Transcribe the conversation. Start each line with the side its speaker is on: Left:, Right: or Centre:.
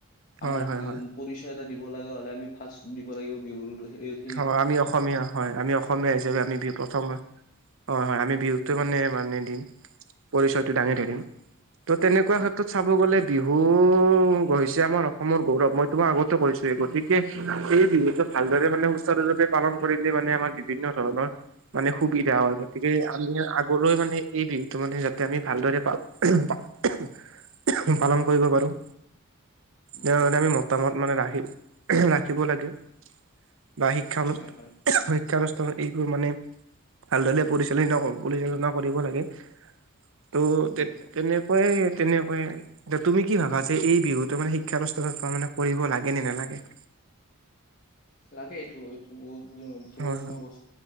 Right: হয়
Left: আমাৰ
Right: হয়
Left: কিওং।
Right: হয়
Left: পৰিচয় এটা দিব লগা হ'লে আমি ফাৰ্ষ্ট দিব লাগিব বিহুতো সেই।
Right: অ আমি অসমীয়া হয় আমি অসমীয়া হিচাপে আমি বিহু প্ৰথমত হয় হয় আমি বিহুতো
Left: উম
Right: মানে মানে দিম পৰিচয়টো দাঙি থকিম। ত' তেনেকুৱা ক্ষেত্ৰত চাব গ'লে বিহু হৈছে আমাৰ অসমৰ গৌৰৱ মই তোমাক আগতে কৈছ। গতিকে এই বিহুতো ভালদৰে মানে। <inaudible> পালন কৰিলে মানে আমাৰ বিভিন্ন ধৰণৰ মানে সুবিধা হয় গতিকে আমি। ইয়াৰ আগলৈ মানে এই বিহুতটো মানে যাতে আমি ভালদৰে পা <inaudible> পালন কৰিব পাৰো।
Left: উম
Right: ইয়াৰ কাৰণে আমি মতামত মানে ৰাখি ৰাখিব লাগে। বা শিক্ষা
Left: হয় হয়
Right: <inaudible> শিক্ষানুষ্ঠান এইবোৰ মানে ভালদৰে পৰিচালনা পৰিচালনা কৰিব লাগে। ত'
Left: উম
Right: তে তেনেকুৱাই তেনেকুৱাই। ত তুমি কি ভাবা যে এই বিহুতটো মানে শিক্ষানুষ্ঠানত মানে কৰিব লাগে নে নালাগে।
Left: লাগে এইটো এইটো বহুত প্ৰয়োজনীয়
Right: হয়
Left: বস।